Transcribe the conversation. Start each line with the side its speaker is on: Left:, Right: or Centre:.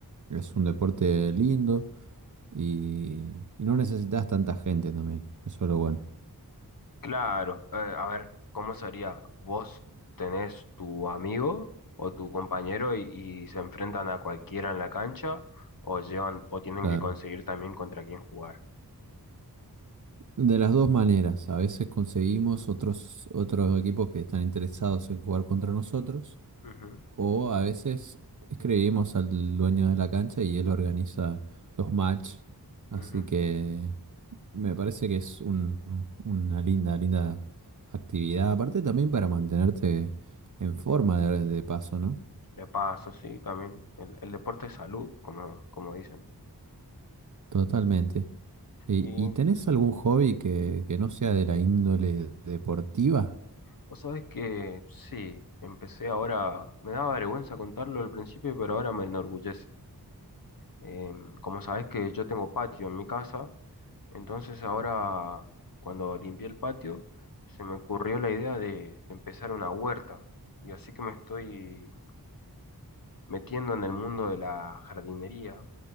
Right: es un deporte lindo y, y no necesitas tanta gente también. Eso es lo bueno.
Left: Claro, eh, a ver, ¿cómo sería? ¿Vos tenés tu amigo o tu compañero y, y se enfrentan a cualquiera en la cancha o llevan o tienen
Right: Claro.
Left: que conseguir también contra quién jugar?
Right: De las dos maneras, a veces conseguimos otros, otros equipos que están interesados en jugar contra nosotros
Left: Ujú,
Right: O a veces escribimos al dueño de la cancha y él organiza los match. Así
Left: ujú.
Right: que me parece que es un- una linda, linda actividad. Aparte también para mantenerte en forma de, de paso, ¿no?
Left: De paso, sí, también. El, el deporte es salud, como, como dicen.
Right: Totalmente. ¿Y,
Left: Y
Right: y tenés algún hobby que, que no sea de la índole deportiva?
Left: vos sabés que sí, empecé ahora, me daba vergüenza contarlo al principio, pero ahora me enorgullece. Em, como sabés que yo tengo patio en mi casa. Entonces ahora, cuando limpié el patio, se me ocurrió la idea de, de empezar una huerta. Y así que me estoy metiendo en el mundo de la jardinería